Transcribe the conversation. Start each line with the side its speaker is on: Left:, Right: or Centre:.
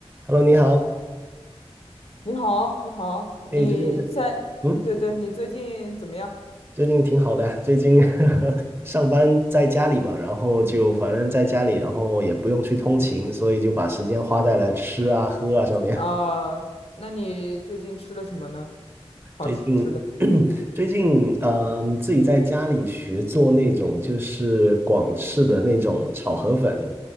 Right: Hello，你好。
Left: 你好，你好，你在，
Right: 哎，最近怎嗯，
Left: 对对，你最近怎么样？
Right: 最近挺好的。最近 <laughs> 上班在家里嘛，然后就反正在家里，然后也不用去通勤，所以就把时间花在了吃啊、喝啊上面。
Left: 啊、那你最近吃了什么呢？好吃吃的
Right: 最近 <clears throat> 最近嗯，自己在家里学做那种就是广式的那种炒河粉，